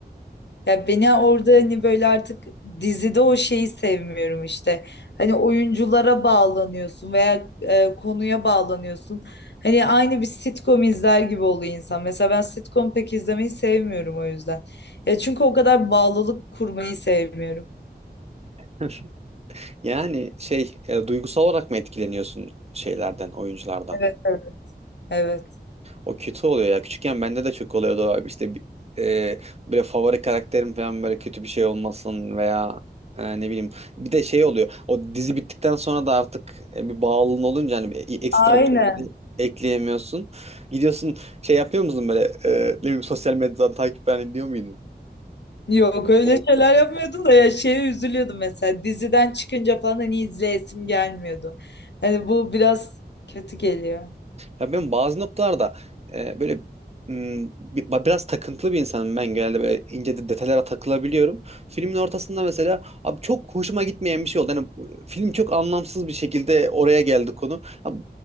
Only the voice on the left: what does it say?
Ya beni orada hani böyle artık dizide o şeyi sevmiyorum işte. Hani oyunculara bağlanıyorsun veya e, konuya bağlanıyorsun. Hani aynı bir sitcom izler gibi oluyor insan. Mesela ben sitcom pek izlemeyi sevmiyorum o yüzden. Ya çünkü o kadar bağlılık kurmayı sevmiyorum.
Evet, evet. Evet.
Aynen.
Yok öyle
şeyler yapmıyordum da ya şeye üzülüyordum mesela diziden çıkınca falan hani izleyesim gelmiyordu. Hani bu biraz kötü geliyor.